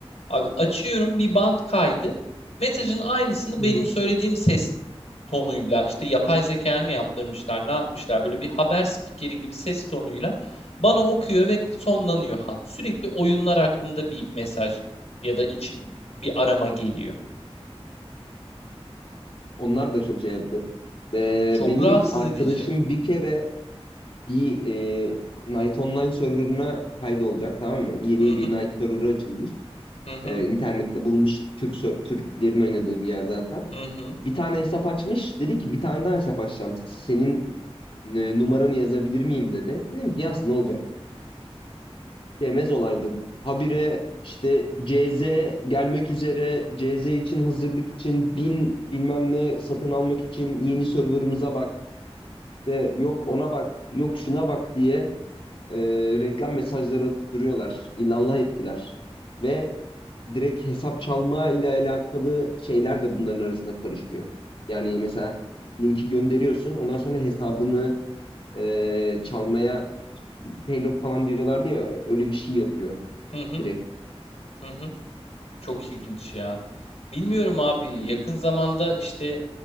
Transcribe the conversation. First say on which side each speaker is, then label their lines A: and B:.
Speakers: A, on the left (about 90°); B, on the left (about 55°).
A: Abi açıyorum bir bant kaydı. Mesajın aynısını
B: Hı
A: benim
B: hı.
A: söylediğim ses tonuyla işte yapay zeka mı yaptırmışlar ne yapmışlar böyle bir haber spikeri gibi ses tonuyla bana okuyor ve sonlanıyor hat. Sürekli oyunlar hakkında bir mesaj ya da içi bir arama geliyor.
B: Onlar da çok şey yaptı. Ee,
A: Çok
B: benim
A: rahatsız
B: arkadaşım
A: edici.
B: bir kere bir e, Night Online serverına kaydolacak tamam mı? Yeni
A: Hı hı
B: bir Night server açılmış.
A: hı hı
B: Ee, internette bulmuş Türk ser- Türklerin oynadığı bir yerden tam.
A: hı hı
B: Bir tane hesap açmış. Dedi ki bir tane daha hesap açacağım. Senin e, numaranı yazabilir miyim dedi. Dedim ki yaz ne olacak? demez olaydın. Habire işte CZ gelmek üzere, CZ için hazırlık için bin bilmem ne satın almak için yeni serverımıza bak. İşte yok ona bak, yok şuna bak diye e, reklam mesajları atıp duruyorlar. İllallah ettiler. Ve direkt hesap çalma ile alakalı şeyler de bunların arasında karışıyor. Yani mesela linki gönderiyorsun ondan sonra hesabını e, çalmaya Keylog falan diyorlardı ya öyle bir şey yapıyor
A: hı hı.
B: direkt.
A: hı hı. Çok ilginç ya. Bilmiyorum abi
B: Hı
A: yakın zamanda işte